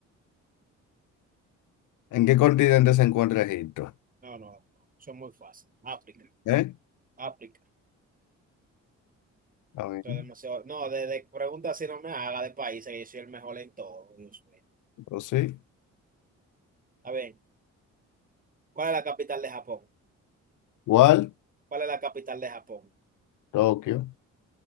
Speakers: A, on the left (about 90°); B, on the right (about 30°).
A: ¿En qué continente se encuentra Egipto?
B: No, no, eso es muy fácil. África,
A: ¿Eh?
B: África.
A: Está bien.
B: Eso es demasiado. No, de, de preguntas si no me haga de países, que yo soy el mejor en todo, Dios mío.
A: o sí.
B: A ver, ¿cuál es la capital de Japón?
A: Igual,
B: ¿Cuál es la capital de Japón?
A: Tokio.